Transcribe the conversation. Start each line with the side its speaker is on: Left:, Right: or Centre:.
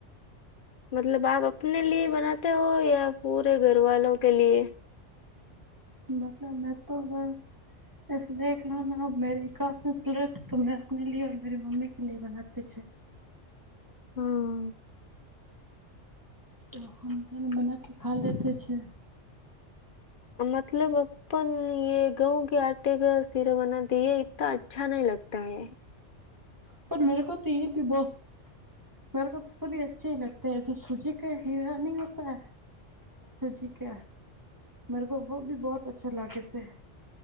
Left: મતલબ આપ આપને લી બનાતે હો યા પૂરે ઘરવાલો કે લીએ.
Right: મતલબ મે તો બસ બસ દેખલો ના અબ મેરી કાફીસુરત તો મેં આપને લીએ મેરી મમી કે લીએ બનાતી છે.
Left: હા.
Right: તો હમ દોને બના કે ખા લેતે છે.
Left: મતલબ પણ એ ગઉં કે આટે કા ફેરવના દીયે ઇતના અચ્છા નહીં લગતા હે.
Right: પર મે કો તો એ ભી બોહુ મેરે તો સભી અચ્છે હ લગતા હ સુજી ક હીરાની હોતા સુજી કા મરેકો વોભી બહત અચ્છા લાગ છે.